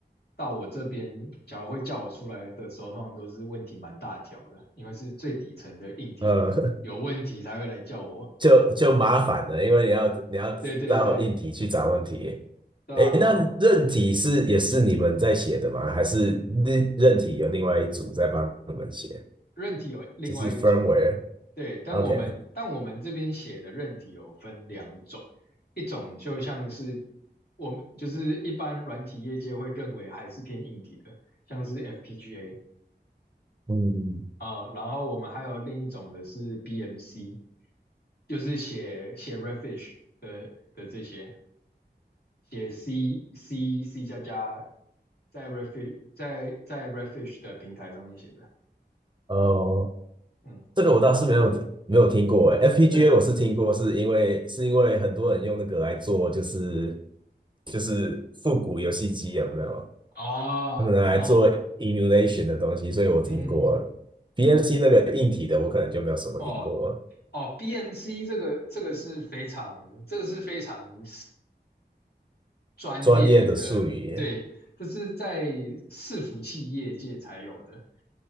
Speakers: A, on the left (about 65°); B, on the right (about 25°).
A: 到我这边假如会叫我出来的时候，通常都是问题蛮大条的，因为是最底层的硬体有问题才会来叫我。
B: 呃，<laughs> 就就麻烦了，因为你要你要到硬体去找问题。
A: 对对对，对啊，
B: 诶，那韧体是也是你们在写的吗？
A: 然后
B: 还是韧韧体有另外一组在帮你们写？
A: 韧体有另外一组，
B: 就是 firmware。
A: 对，但我们但我们这边写的韧体有分两种，
B: OK。
A: 一种就像是我们就是一般软体业界会认为还是偏硬体的，像是 FPGA
B: 嗯，
A: 啊、然后我们还有另一种的是 BMC，就是写写 Redfish 的的这些，写 C C C 加加在 Redfish 在在 Redfish 的平台上面写的，
B: 哦，
A: 嗯，
B: 这个我倒是没有没有听过诶，FPGA
A: 对，
B: 我是听过，是因为是因为很多人用那个来做，就是就是复古游戏机有没有？
A: 哦哦，
B: 他们拿来做 emulation 的东西，所以我听过。
A: 嗯哼哼
B: BMC 那个硬体的，我可能就没有什么听过
A: 哦哦，BMC 这个这个是非常这个是非常专业的，
B: 专业的术语。
A: 对，这是在伺服器业界才有的。